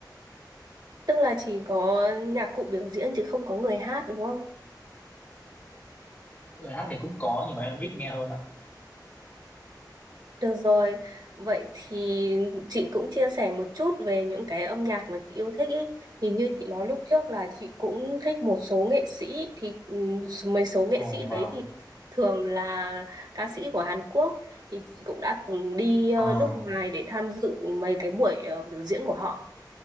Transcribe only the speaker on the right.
Tức là chỉ có nhạc cụ biểu diễn chứ không có người hát đúng không?
Được rồi, vậy thì chị cũng chia sẻ một chút về những cái âm nhạc mà chị yêu thích ý. Thì như chị nói lúc trước là chị cũng thích một số nghệ sĩ thì ừm, mấy số nghệ
sĩ
đấy thì thường là ca sĩ của Hàn Quốc thì chị cũng đã từng đi
ờ, nước ngoài để tham dự mấy cái buổi ờ, biểu diễn của họ.